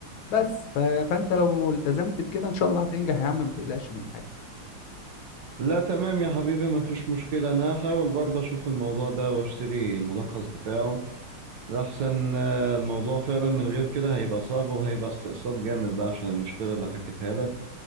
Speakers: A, on the left (about 70°); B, on the right (about 65°).
A: بس ف... فانت لو التزمت بكده ان شاء الله هتنجح يا عم ما تقلقش من حاجه
B: لا تمام يا حبيبي ما فيش مشكلة انا هحاول برضه اشوف الموضوع ده واشتري الملخص بتاعه لأحسن آه، الموضوع فعلا من غير كده هيبقى صعب وهيبقى استقصاد جامد بقى عشان المشكلة اللي حكيتها لك